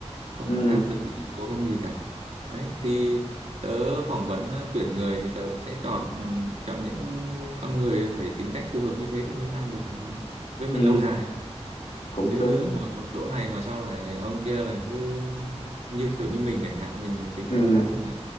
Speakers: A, on the right (about 70°); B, on the left (about 70°).
A: không
B: ừ,
A: áp lực lên số không gì cả đấy thì tớ phỏng vấn ờ, tuyển người thì tớ cũng sẽ chọn ừm, chọn những ừ, con người phải tính cách phù hợp như thế thì mới làm được ừm, với mình
B: ừ,
A: lâu dài
B: cũng
A: chứ
B: đúng
A: ngồi một chỗ này mà sao lại ông kia lại cứ như kiểu như mình chẳng hạn mình tính
B: Ừ,
A: cách khác hoặc là